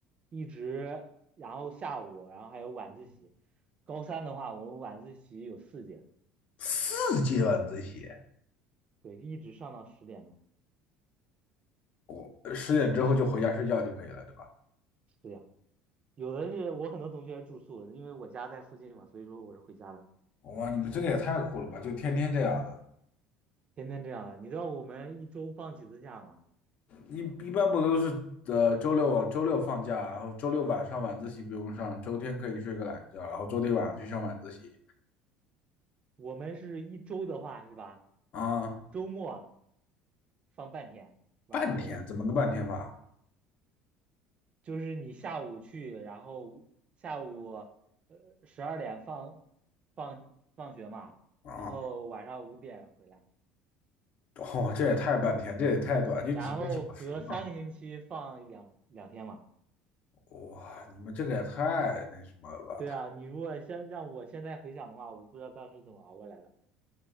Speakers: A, on the right; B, on the left.
A: 一直然后下午，然后还有晚自习。高三的话，我们晚自习有四节，
B: 四节晚自习，
A: 对，一直上到十点钟。
B: 我十点之后就回家睡觉就可以了，对吧？
A: 对呀，有的是我很多同学是住宿，因为我家在附近嘛，所以说我是回家的，
B: 哇，你们这个也太苦了吧！就天天这样的，
A: 天天这样的。你知道我们一周放几次假吗？
B: 一一般不都是呃周六周六放假，然后周六晚上晚自习不用上，周天可以睡个懒觉，然后周天晚上去上晚自习
A: 我们是一周的话是吧？
B: 啊。
A: 周末放半天，晚上回来，
B: 半天怎么个半天法
A: 就是你下午去，然后下午呃十二点放放放学嘛，
B: 啊？
A: 然后晚上五点回来，
B: 哦，这也太半天，这也太短，就几个小时嘛。
A: 然后隔三个星期放两两天嘛。
B: 哇，你们这个也太那什么了吧？
A: 对啊，
B: 太，
A: 你如果现让我现在回想的话，我不知道当时怎么熬过来的。